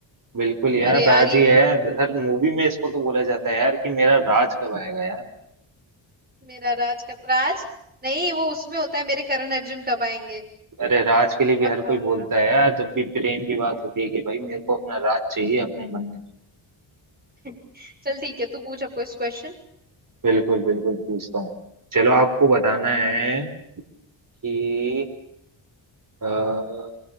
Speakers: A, on the right; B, on the right.
A: बिल्कुल यार
B: अरे यार
A: राज
B: ये
A: ही है यार हर मूवी में इसको तो बोला जाता है यार कि मेरा राज कब आएगा यार
B: मेरा राज कब राज नहीं वो उसमें होता है मेरे करण अर्जुन कब आएंगे
A: अरे राज के लिए भी
B: आहा।
A: हर कोई बोलता है यार जब भी प्रेम की बात होती है कि भाई मेरे को अपना राज चाहिए अपने मन में
B: <laughs> चल ठीक है तू पूछ अब कुछ क्वेश्चन
A: बिल्कुल बिल्कुल पूछता हूँ चलो आपको बताना है कि आ,